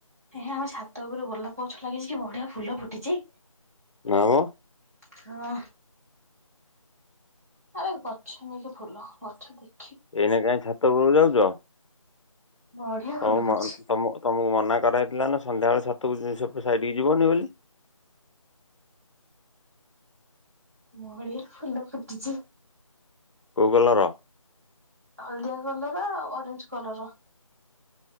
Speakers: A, on the right (about 25°); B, on the left (about 60°).
A: ଏ ଆମ ଛାତ ଉପରୁ ଗୋଲାପଗଛ ଲାଗିଛି କି ବଢିଆ ଫୁଲ ଫୁଟିଚି।
B: ନାମ
A: ହଁ। ଆରେ ଗଛ ନେଇକି ଫୁଲ ଗଛ ଦେ
B: ଏଇନା କାଇଁ ଛାତ ଉପରକୁ ଯାଉଚ?
A: ବଢିଆ
B: ତମ
A: ଫୁଲ ଫୁଟିଛି।
B: ତମ ତମକୁ ମନା କରାହେଇଥିଲା ନା ସନ୍ଧ୍ୟା ବେଳେ ଛାତକୁ ସେପଟ୍ ସାଇଟ୍ କି ଯିବନି ବୋଲି।
A: ବଢିଆ ଫୁଲ ଫୁଟିଚି।
B: କୋଉ କଲର?
A: ହଳଦିଆ କଲର ଆଉ ଅରେଞ୍ଜ କଲର।